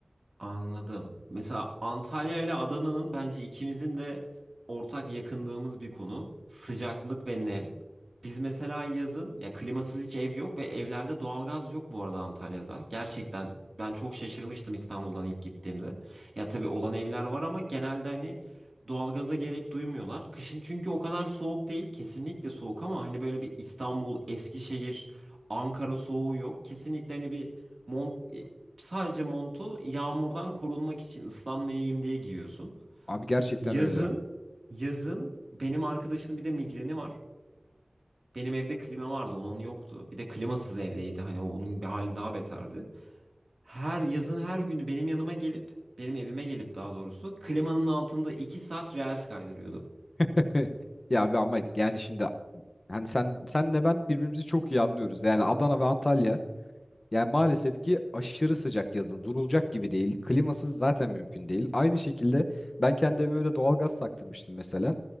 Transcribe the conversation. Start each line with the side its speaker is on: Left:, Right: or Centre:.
Right: Anladım. Mesela Antalya ile Adana'nın bence ikimizin de ortak yakındığımız bir konu sıcaklık ve nem. Biz mesela yazın ya klimasız hiç ev yok ve evlerde doğalgaz yok bu arada Antalya'da. Gerçekten ben çok şaşırmıştım İstanbul'dan ilk gittiğimde. Ya tabii olan evler var ama genelde hani doğalgaza gerek duymuyorlar. Kışın çünkü o kadar soğuk değil. Kesinlikle soğuk ama hani böyle bir İstanbul, Eskişehir, Ankara soğuğu yok. Kesinlikle hani bir Mont Sadece montu yağmurdan korunmak için ıslanmayayım diye giyiyorsun.
Left: Abi gerçekten
Right: Yazın,
Left: öyle.
Right: yazın benim arkadaşının bir de migreni var. Benim evde klima vardı, onun yoktu. Bir de klimasız evdeydi. Hani onun bir hali daha beterdi. Her yazın her günü benim yanıma gelip, benim evime gelip daha doğrusu klimanın altında 2 saat reels kaydırıyordu.
Left: <laughs> Ya abi ama yani şimdi hani sen senle ben birbirimizi çok iyi anlıyoruz. Yani Adana ve Antalya yani maalesef ki aşırı sıcak yazın. Durulacak gibi değil. Klimasız zaten mümkün değil. Aynı şekilde ben kendi evime de doğalgaz taktırmıştım mesela.